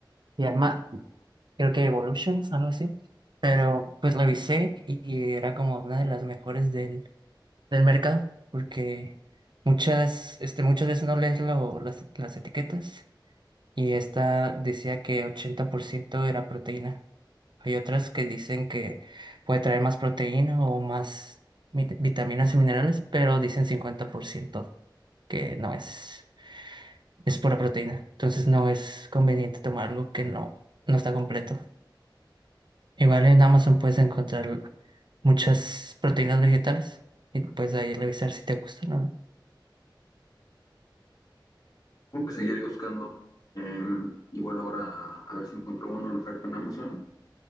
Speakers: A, on the right (about 65°); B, on the left (about 50°).
A: llama creo que Evolutions, algo así. Pero pues revisé y era como una de las mejores del, del mercado, porque muchas, este, muchas veces no lees lo- las, las etiquetas y esta decía que 80% era proteína. Hay otras que dicen que puede traer más proteína o más mi- vitaminas y minerales, pero dicen 50% que no es, es pura proteína. Entonces no es conveniente tomar algo que no, no está completo. Igual en Amazon puedes encontrar muchas proteínas vegetales y puedes ahí revisar si te gustan o no.
B: Tengo que seguir buscando. Eh, igual ahora a ver si encuentro una oferta en Amazon